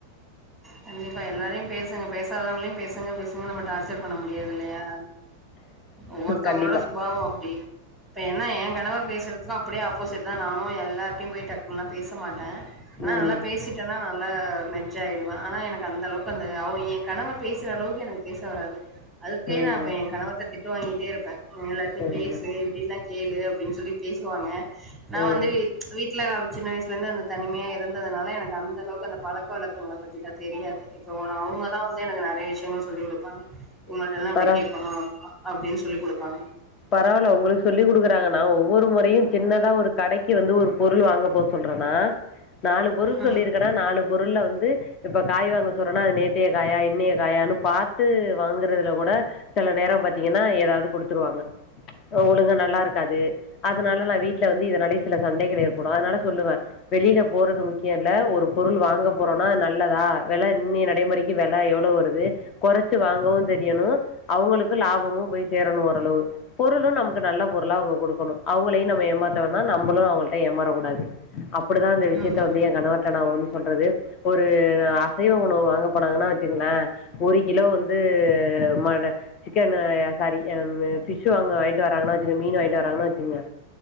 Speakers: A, in the centre; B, on the left (about 35°).
A: கண்டிப்பா எல்லாரையு பேசுங்க பேசாதவங்களையு பேசுங்க பேசுங்க நம்ம டார்ச் ச்சர் பண்ண முடியாது இல்லையா ஒவ்வொருத்தவுங்களோட
B: கண்டிப்பா
A: சுபாவம் அப்படி இப்ப ஏன்ன என் கணவர் பேசுறதுக்கு அப்படியே ஆப்போசிட் தா நானும் எல்லார்ட்டையு போய் டக்குன்ல்லா பேச மாட்டே ஆனா
B: ம்
A: நல்லா பேசிட்டன்னா நல்லா மெச் சா ஆயிருவே ஆனா எனக்கு அந்த அளவுக்கு அந்த அவ என் கணவர் பேசுற அளவுக்கு எனக்கு பேச வராது அதுக்கே
B: ம்
A: நா அப்ப என் கணவர்ட்ட திட்டு வாங்கிட்டே இருப்பே எல்லார்ட்டையு
B: ம்
A: பேசு இப்டில்லா கேளு அப்படின் சொல்லி பேசுவாங்க நா
B: ம்
A: வந்து வீட்டுல சின்ன வயசுல இருந்து அந்த தனிமையா இருந்ததுனால எனக்கு அந்த அளவுக்கு அந்த பழக்க வழக் கங்கள பத்திலா தெரியாது இப்ப கூட அவுங்கதா வந்து எனக்கு நிறைய விஷயங்கள் சொல்லி் குடுப்பாங்க இவுங்கள்ட்டல்லா இப்படி
B: பரவா
A: கேக்கணு அப்டின் சொல்லி குடுப்பாங்க
B: பரவாயில்ல உங்களுக்கு சொல்லி குடுக்குறாங்க நா ஒவ்வொரு முறையு சின்னதா ஒரு கடைக்கு வந்து ஒரு பொருள் வாங்க போக சொல்றன்னா நாலு பொருள்
A: ம்
B: சொல்லியிருக்கனா நாலு பொருள்ள வந்து இப்ப காய் வாங்க சொல்றன்னா அது நேத்தைய காயா இன்னைய காயான்னு பாத்து வாங்குறதுல கூட சில நேரம் பாத்தீங்கன்னா ஏதாவது குடுத்துருவாங்க ஒழுங்கா நல்லா இருக்காது அதனால நா வீட்டுல வந்து இதனாலயே சில சண்டைகள் ஏற்படும் அதனால சொல்லுவே வெளியில போறது முக்கி யம் இல்ல ஒரு பொருள் வாங்க போறோன்னா நல்லதா வில இன்னய நடைமுறைக்கு வில எவ்வளோ வருது குறச்சு வாங்கவு தெரியணு அவுங்களுக்கு லாபமும் போய் சேரணும் ஓரளவு ஓரளவு நமக்கு நல்ல பொருளா அவுங்க குடுக்கனு அவுங்களையு நம்ம ஏமாத்த வேண்டா நம்மளு அவுங்கள்ட்ட ஏமாற கூடாது அப்படிதா இந்த விஷயத்த
A: ம்
B: வந்து என் கணவர்ட்ட நா வந்து சொல்றது ஒரு அசைவ உணவு வாங்க போனாங்கன்னா வச்சுங்களே ஒரு கிலோ வந்து மழ சிக்கன் சாரி ஆ ஃபிஷ்ஷு அங்க வாங்கிட்டு வராாங்கன்னா வச்சுங்க மீன் வாங்கிட்டு வர்றாங்கன்னா வச்சுக்குங்க